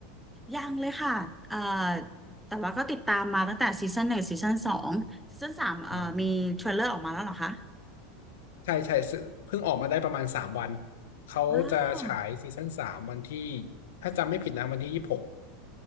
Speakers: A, in the centre; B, on the left (about 75°).
A: ยังเลยค่ะเอ่อแต่ว่าก็ติดตามมาตั้งแต่ซีซั่นหนึ่งซีซั่นสองซีซั่นสามเอ่อมีเทรลเลอร์ออกมาแล้วเหรอคะ
B: อ่าใช่ใช่ซึ่งเพิ่งออกมาได้ประมาณสามวันเขาจะฉายซีซั่นสามวันที่
A: อ้าว
B: ถ้าจำไม่ผิดนะวันที่ยี่สิบหก